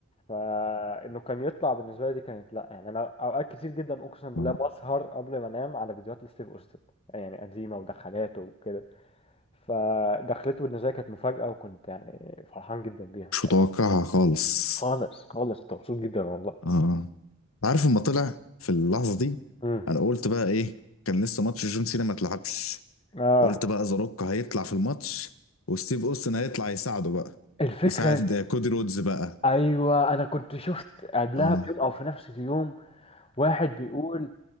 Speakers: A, on the left; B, on the left.
A: فانه كان يطلع بالنسبه لي دي كانت لا يعني انا اوقات كتير جدا اقسم بالله
B: آه.
A: بسهر قبل ما انام على فيديوهات لستيف اوستن يعني قديمه ودخلاته وكده فدخلته بالنسبه لي كانت مفاجاه وكنت يعني فرحان جدا بيها الصراحه
B: مش متوقعها خالص
A: خالص خالص كنت مبسوط جدا والله
B: اه عارف لما طلع في اللحظه دي
A: امم
B: انا قلت بقى ايه كان لسه ماتش جون سينا ما اتلعبش
A: اه
B: قلت بقى ذا روك هيطلع في الماتش وستيف اوستن هيطلع يساعده بقى
A: الفكره
B: يساعد
A: إن-
B: كودي رودز بقى
A: ايوه انا كنت شفت قبلها
B: اه
A: بيوم او في نفس اليوم واحد بيقول